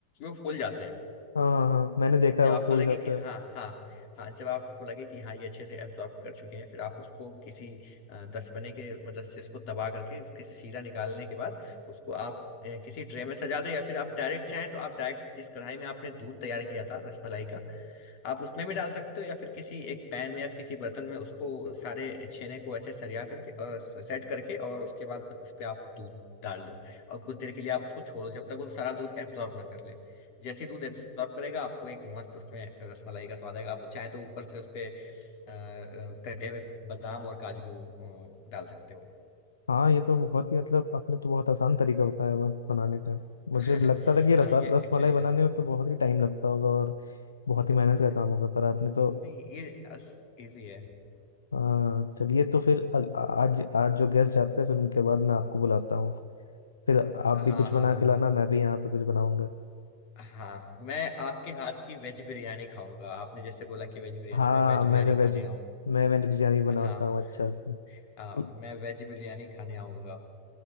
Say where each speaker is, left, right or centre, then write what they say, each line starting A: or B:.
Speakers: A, on the left; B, on the left.
A: वो फूल जाते हैं
B: हाँ हाँ हाँ, मैंने देखा
A: जब
B: है वो
A: आपको
B: फूल
A: लगे
B: जाता
A: कि हाँ
B: है
A: हाँ हाँ जब आपको लगे कि हाँ ये अच्छे से एब्जॉर्ब कर चुके हैं फिर आप उसको किसी अ, दसपने के मदद से इसको दबा करके उसकी शीरा निकालने के बाद उसको आप अ, किसी ट्रे में सजा दें या फिर आप डायरेक्ट चाहें तो आप डायरेक्ट जिस कढ़ाई में आपने दूध तैयार किया था रसमलाई का आप उसमें भी डाल सकते हो या फिर किसी एक पैन में या फिर किसी बर्तन में उसको सारे छेने को ऐसे सरिया करके और सेट करके और उसके बाद उस पर आप दूध डाल दो और कुछ देर के लिए आप उसको छोड़ो जब तक वो सारा दूध एब्जॉर्ब ना कर ले जैसे ही दूध एब्जॉर्ब करेगा आपको एक मस्त उसमें रसमलाई का स्वाद आएगा आप चाहे तो ऊपर से उसपे अ, अ, कटे हुए बादाम और काजू अ, डाल सकते हो
B: हाँ ये तो बहुत ही मतलब आपने तो बहुत आसान तरीका बताया हुआ बनाने का मुझे
A: <laughs>
B: लगता था कि रसा
A: अ, ये
B: रस
A: एक्चुअली
B: मलाई बनाने
A: है
B: में तो बहुत ही टाइम लगता होगा और बहुत ही मेहनत का
A: अ,
B: काम होगा पर आपने तो
A: नहीं ये इजी है
B: हाँ चलिए तो फिर अ- आज आज जो गेस्ट जाते हैं फिर उनके बाद मैं आपको बुलाता हूँ फिर आप
A: हाँ
B: भी कुछ
A: हाँ
B: बना
A: हाँ
B: के
A: बिल्कुल
B: लाना मैं भी यहाँ पे कुछ बनाऊंगा
A: हाँ मैं आपके हाथ की वेज बिरयानी खाऊंगा आपने जैसे बोला कि वेज बिरयानी
B: हाँ
A: मैं वेज बिरयानी
B: मैंने वेज
A: खाने आऊंगा
B: मैं वेज बिरयानी बनाता
A: हाँ
B: हूँ अच्छा से
A: आ,
B: उ-
A: मैं वेज बिरयानी खाने आऊंगा